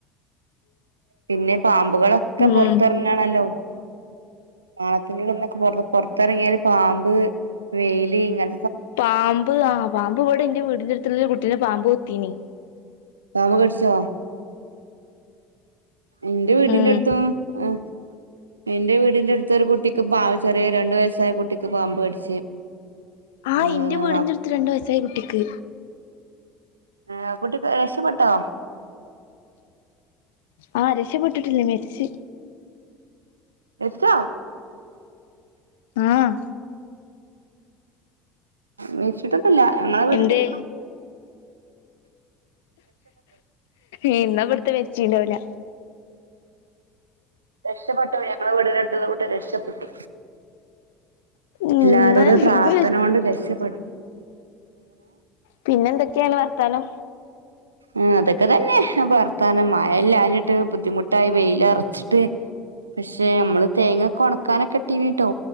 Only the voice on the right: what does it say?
പിന്നെ പാമ്പുകളൊക്കെ പൊറത്ത്റങ്ങാണല്ലോ
മാളത്തിന്റെ ള്ള്ന്നൊക്കെ പൊറ് പൊറത്ത്റങ്ങിയാല് പാമ്പ് വെയില് ഇങ്ങൻ
പാമ്പ് കടിച്ചോ എന്റെ വീട്ടിന്റടുത്തും
എ എന്റെ വീടിന്റെ അടുത്തൊരു കുട്ടിക്ക് പാ ചെറിയ രണ്ട് വയസ്സായ കുട്ടിക്ക് പാമ്പ് കടിച്ച്
ഏഹ്
ഏ ആ കുട്ടി രക്ഷപ്പെട്ടോ
എപ്പോ
മരിച്ചിട്ട് ല്ല ഞങ്ങളെ വീടിന്റെട്
രഷപ്പെട് ഞങ്ങളെ വീട്ന്റെട്ത്ത്ള്ള കുട്ടി രക്ഷപ്പെട്ടു
എല്ലാരോട പ്രാർത്ഥനോണ്ട്
രക്ഷപ്പെ
ആ അതൊക്കെ തന്നെ വർത്താനം മഴല്ലാഞ്ഞിട്ട് ബുദ്ധിമുട്ടായി വെയിലറച്ച് ട്ട് പക്ഷെ മ്മള് തേങ്ങൊക്കെ ഒണക്കാനൊക്കെ ഇട്ടിന്ട്ടോ